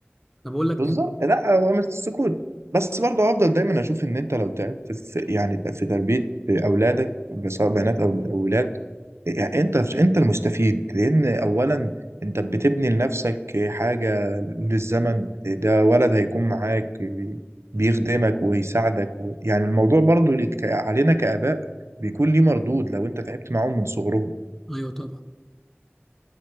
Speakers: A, in the centre; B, on the right (about 80°).
A: انا بقول لك
B: بالظبط
A: تف...
B: لا هو مش السكوت بس برضه هفضل دايما اشوف ان انت لو تعبت في يعني في تربيه اولادك سواء بنات او اولاد يعني انت انت المستفيد لان اولا انت بتبني لنفسك حاجه للزمن ده ولد هيكون معاك بي- بيخدمك ويساعدك و... يعني الموضوع برضو لك... علينا كآباء بيكون ليه مردود لو انت تعبت معاهم من صغرهم
A: ايوه طبعا